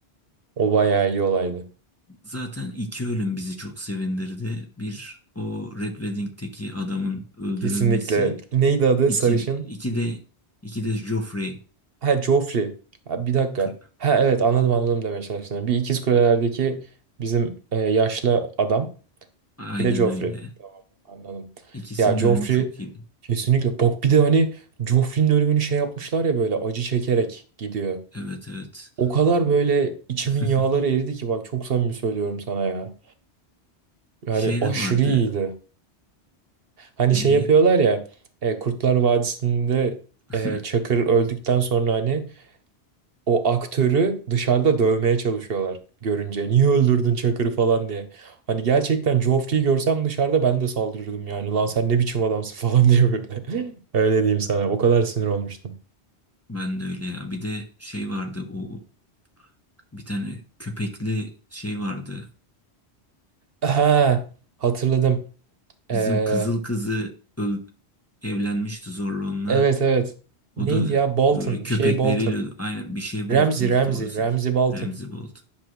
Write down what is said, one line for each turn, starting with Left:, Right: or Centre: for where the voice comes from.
Right: O bayağı iyi olaydı.
Left: Zaten iki ölüm bizi çok sevindirdi. Bir o Red Wedding'teki adamın öldürülmesi.
Right: Kesinlikle. Neydi adı
Left: İki,
Right: sarışın?
Left: iki de iki de Joffrey.
Right: Ha Joffrey. Ha, bir dakika.
Left: Kır-
Right: Ha evet anladım anladım demeye çalıştım. Bir İkiz Kuleler'deki bizim e, yaşlı adam.
Left: Aynen
Right: Bir de Joffrey.
Left: öyle.
Right: Tamam, anladım.
Left: İkisinin
Right: Ya Joffrey
Left: ölümü çok iyiydi.
Right: kesinlikle. Bak bir de hani Joffrey'nin ölümünü şey yapmışlar ya böyle acı çekerek gidiyor.
Left: Evet evet.
Right: O kadar böyle içimin
Left: <laughs>
Right: yağları eridi ki bak çok samimi söylüyorum sana ya. Yani
Left: Şey
Right: aşırı
Left: de vardı.
Right: iyiydi. Hani
Left: Bir
Right: şey yapıyorlar ya e, Kurtlar Vadisi'nde
Left: <laughs>
Right: e, Çakır öldükten sonra hani o aktörü dışarıda dövmeye çalışıyorlar görünce. Niye öldürdün Çakır'ı falan diye. Hani gerçekten Joffrey'i görsem dışarıda ben de saldırırdım yani. Lan sen ne biçim adamsın <laughs> falan diye böyle. Öyle diyeyim sana. O kadar sinir olmuştum.
Left: ben de öyle ya. Bir de şey vardı. O bir tane köpekli şey vardı.
Right: Ha, hatırladım. Ee,
Left: Bizim kızıl kızı öl- evlenmişti zorla onunla.
Right: evet evet.
Left: O
Right: Neydi
Left: da
Right: ya? Bolton.
Left: böyle köpekleriyle
Right: Bir şey Bolton.
Left: aynı bir şey Bolton'du
Right: Ramsey Ramsey.
Left: doğrusu.
Right: Ramsey Bolton.
Left: Ramsey Bolton.